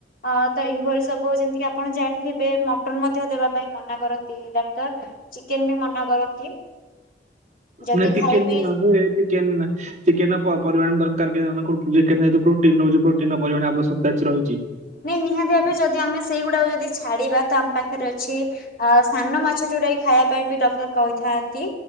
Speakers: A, on the left (about 50°); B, on the right (about 40°).
A: ଅ ତ ଏଇଭଳି ସବୁ ଯେମିତି କି ଆପଣ ଜାଣିଥିବେ ମଟନ ମଧ୍ୟ ଦେବା ପାଇଁ ମନା କରନ୍ତି ଡାକ୍ତର ଚିକେନ ବି ମନା କରନ୍ତି। ଯଦି
B: ନାଇଁତି
A: ଖାଇବେ
B: କେ ଚିକେନ ଚିକେନ ର ପରିମାଣ ଦରକାର ଯେହେତୁ ପ୍ରୋଟିନ ରହୁଛି ପ୍ରୋଟିନ ର ପରିମାଣ ଅବଶ୍ୟକତା ରହିଛି।
A: ନାଇଁ ନିହାତି ଭାବେ ଯଦି ଆମେ ସେଇଗୁଡାକ ଯଦି ଛାଡିବା ତ ଆମ ପାଖରେ ଅଛି ଅ ସାନ ମାଛ ଯୋଉଟାକି ଖାଇବା ପାଇଁ ବି ଡକ୍ଟର କହିଥାନ୍ତି।